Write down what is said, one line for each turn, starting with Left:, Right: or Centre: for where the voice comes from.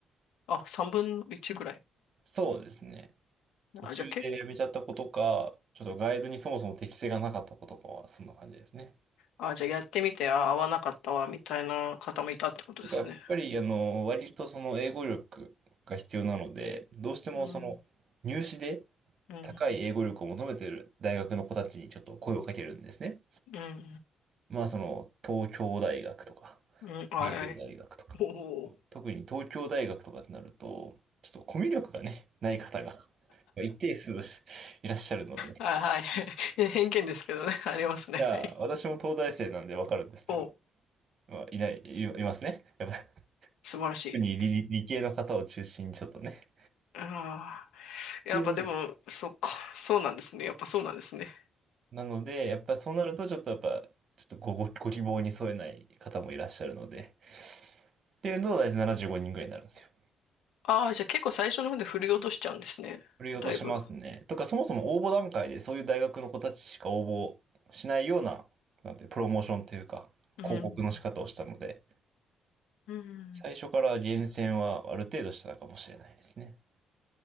Left: あ、3分の1ぐらい。
Right: そうですね。途中で辞めちゃった子とか、
Left: あ、じゃあけ、
Right: ちょっとガイドにそもそも適性がなかった子とかは、そんな感じですね。
Left: あ、じゃあやってみて、あ、合わなかったわ、みたいな方もいたってことですね。
Right: とか、やっぱり、あの、割とその英語力が必要なので、どうしてもその入試で
Left: うん、うん、
Right: 高い英語力を求めてる大学の子たちにちょっと声をかけるんですね。
Left: うん、
Right: まあ、その、東京大学とか、
Left: うん、あ、
Right: 慶応大学とか、
Left: はい。おお。
Right: 特に東京大学とかになると、ちょっとコミュ力がね、ない方が一定数 <laughs> いらっしゃるので、
Left: あ、はい。<laughs> 偏見ですけどね、<laughs> ありますね。
Right: じゃあ、
Left: はい。
Right: 私も東大生なんでわかるんですけど、
Left: お、
Right: まあ、いない、い、いますね。やっぱり、
Left: 素晴らしい。
Right: 特に理、理系の方を中心にちょっとね、っ
Left: ああ、やっぱでも、
Right: ていうのも
Left: そっか、そうなんですね。やっぱそうなんですね。
Right: なので、やっぱそうなると、ちょっとやっぱ、ちょっとご、ご、ご希望に添えない方もいらっしゃるので。っていうのと、大体75人ぐらいになるんですよ。
Left: ああ、じゃあ結構最初の方で振り落としちゃうんですね。
Right: 振り落としますね。
Left: だいぶ。
Right: とか、そもそも応募段階でそういう大学の子たちしか応募しないような、なんて、プロモーションというか、
Left: うん、
Right: 広告の仕方をしたので、
Left: うん、
Right: 最初から厳選はある程度してたかもしれないですね。